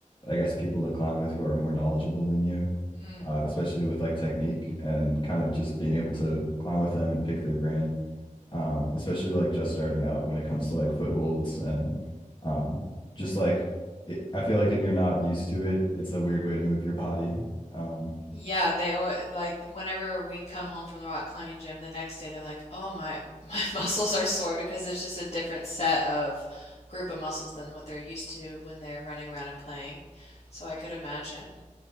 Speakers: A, on the left; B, on the left.
A: I guess, people to climb with who are more knowledgeable than you,
B: Mm.
A: uh, especially with like technique and kind of just being able to climb with them and pick their brain. um, especially like just starting out when it comes to like footholds and um, just like it, I feel like if you're not used to it, it's a weird way to move your body. Um,
B: Yeah, they al like whenever we come home from the rock climbing gym the next day, they're like, "Oh my, my <laughs> muscles are sore because it's just a different set of group of muscles than what they're used to when they're running around and playing." So I could imagine